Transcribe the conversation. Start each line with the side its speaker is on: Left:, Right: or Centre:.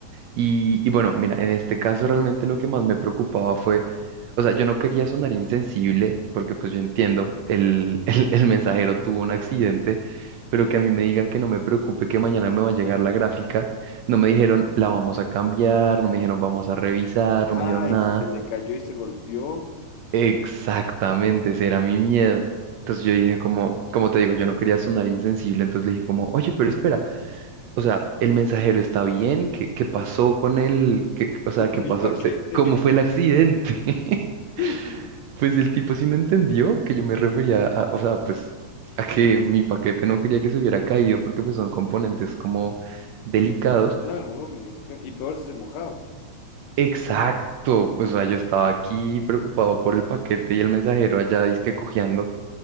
Right: Y, y bueno, mira, en este caso realmente lo que más me preocupaba fue, o sea, yo no quería sonar insensible, porque pues yo entiendo, el, <laughs> el, el mensajero tuvo un accidente, pero que a mí me digan que no me preocupe, que mañana me va a llegar la gráfica. No me dijeron, la vamos a cambiar, no me dijeron, vamos a revisar,
Left: Ay,
Right: no me dijeron nada.
Left: si se le cayó y se golpeó
Right: Exactamente, ese era mi miedo. Entonces yo dije como, como te digo, yo no quería sonar insensible, entonces le dije como, oye, pero espera, o sea, el mensajero está bien, ¿qué, qué pasó con él? ¿Qué-
Left: <laughs>
Right: qué- o sea,
Left: con
Right: ¿qué
Left: mi
Right: pasó?
Left: paquete.
Right: Se- ¿Cómo fue el accidente? <laughs>
Left: <laughs>
Right: Pues el tipo sí me entendió que yo me refería a, o sea, pues a que mi paquete no quería que se hubiera caído porque pues son componentes como delicados.
Left: Claro, obvio. ajá. Y peor si se mojaba,
Right: Exacto, o sea, yo estaba aquí preocupado por el paquete y el mensajero allá que cojeando.